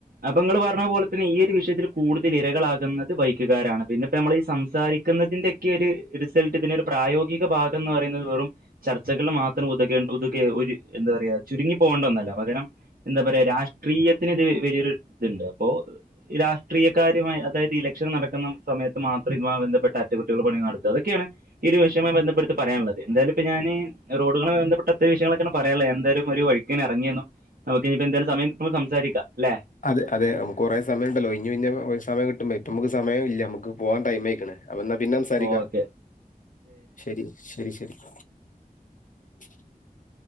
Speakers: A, on the right; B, on the left.
A: അപ്പൊ നിങ്ങൾ പറഞ്ഞതു പോലെ തന്നെ ഈ ഒരു വിഷയത്തിൽ കൂടുതൽ ഇരകളാകുന്നത് ബൈക്കുകാരാണ് പിന്നെ ഇപ്പോ നമ്മൾ ഈ സംസാരിക്കുന്നതിന്റയൊക്കെ ഒരു റിസൾട്ട് ഇതിനൊ പ്രായോഗിക ഭാഗം എന്ന് പറയുന്നത് വെറും ചർച്ചകിൽ മാത്രം ഉത ഉതുെ എന്താ പറയാ ചുരുങ്ങി പോകേണ്ടന്നല്ല പകരം എന്താ പറയാ രാഷ്ട രാഷ്ട്രീയത്തിന് ഇതിൽ വലിയൊരു ഇതുണ്ട് അപ്പോൾ രാഷ്ട്രീയക്കാരുമായി അതായത് ഇലക്ഷൻ നടക്കുന്ന സമയത്ത് മാത്രം ഇതുമായി ബന്ധപ്പെട്ട അറ്റകുറ്റികൾ പണിയ നടത്തുക അതൊക്കെയാണ് ഈ ഒരു വിഷയവമായി ബന്ധപ്പെട്ട് പറയാനുള്ളത് എന്തായാലും ഇപ്പൊ ഞാൻ റോഡുകളുമായി ബന്ധപ്പെട്ട ഇത്തരം വിഷയങ്ങളൊക്കെയാണ് പറയാനുള്ളത് എന്തായാലും ഒരു വഴിക് ഇങ്ങനെ ഇറങ്ങിയെന്നോ നമുക് ഇനിയിപ്പൊ എന്തായാലും സമയം നമുക്ക് സംസാരിക്കാം അല്ലേ
B: അതെ അതെ നമുക്ക് കുറെ സമയമുണ്ടല്ലോ ഇനി സമയം കിട്ടുമ്പോ ഇപ്പൊ നമു ക്ക് സമയം ഇല്ല നമുക്ക് പോവാൻ ടൈം ആയിരിക്കുന്നു അപ്പൊ ന്നാ പിന്നെ സംസാരിക്ക
A: ഓക്കെ
B: ശരി ശരി ശരി സ് സ്